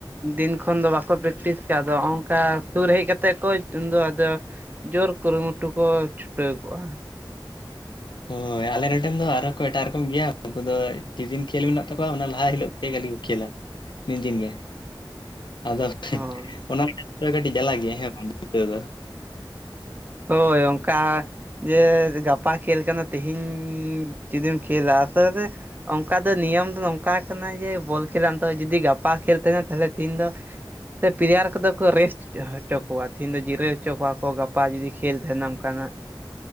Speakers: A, on the right; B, on the left.
A: ᱫᱤᱱ ᱠᱷᱚᱱ ᱫᱚ ᱵᱟᱠᱚ ᱯᱮᱠᱴᱤᱥ ᱛᱮ ᱟᱫᱚ ᱚᱝᱠᱟ ᱥᱩᱨ ᱦᱮᱡ ᱠᱟᱛᱮᱜ ᱠᱚ ᱩᱱᱫᱚ ᱟᱫᱚ ᱡᱳᱨ ᱠᱩᱨᱩᱢᱩᱴᱩ ᱠᱚ ᱪᱷᱩᱴᱟᱹᱣ ᱠᱚᱜᱼᱟ᱾
B: ᱦᱳᱭ ᱟᱞᱮ ᱱᱚᱸᱰᱮᱱ ᱫᱚ ᱟᱨᱦᱚᱸ ᱠᱚ ᱮᱴᱟᱜ ᱨᱚᱠᱚᱢ ᱜᱮᱭᱟ ᱩᱱᱠᱩ ᱫᱚ ᱡᱮᱫᱤᱱ ᱠᱷᱮᱞ ᱢᱮᱱᱟᱜ ᱛᱟᱠᱚᱣᱟ ᱚᱱᱟ ᱞᱟᱦᱟ ᱦᱤᱞᱳᱜ <inaudible> ᱢᱤᱫ ᱫᱤᱱ ᱜᱮ ᱟᱫᱚ
A: ᱦᱳᱭ
B: ᱚᱱᱟ ᱞᱮᱠᱟ ᱛᱮᱫᱚ ᱠᱟᱹᱴᱤᱡ ᱡᱟᱞᱟ ᱜᱮᱭᱟ ᱦᱮᱸ ᱵᱟᱝ ᱡᱤᱛᱟᱹᱣ ᱫᱚ᱾
A: ᱦᱳᱭ ᱚᱱᱠᱟ ᱡᱮ ᱜᱟᱯᱟ ᱠᱷᱮᱞ ᱠᱟᱱᱟ ᱛᱮᱦᱤᱧ ᱡᱩᱫᱤᱢ ᱠᱷᱮᱞᱟ ᱟᱥᱮ ᱚᱱᱠᱟ ᱫᱚ ᱱᱤᱭᱚᱢ ᱫᱚ ᱱᱚᱝᱠᱟ ᱠᱟᱱᱟ ᱡᱮ ᱵᱚᱞ ᱠᱷᱮᱞᱛᱮ ᱡᱩᱫᱤ ᱜᱟᱯᱟ ᱠᱷᱮᱞ ᱛᱟᱦᱮᱱᱟ ᱛᱟᱦᱚᱞᱮ ᱛᱮᱦᱤᱧ ᱫᱚ ᱯᱞᱮᱭᱟᱨ ᱠᱚᱫᱚ ᱠᱚ ᱨᱮᱥᱴ ᱦᱚᱪᱚ ᱠᱚᱣᱟ ᱛᱤᱦᱤᱧ ᱫᱚ ᱡᱤᱨᱟᱹᱣ ᱦᱚᱪᱚ ᱠᱚᱣᱟ ᱠᱚ ᱜᱟᱯᱟ ᱡᱩᱫᱤ ᱠᱷᱮᱞ ᱛᱟᱦᱮᱱᱟ ᱚᱱᱠᱟᱱᱟᱜ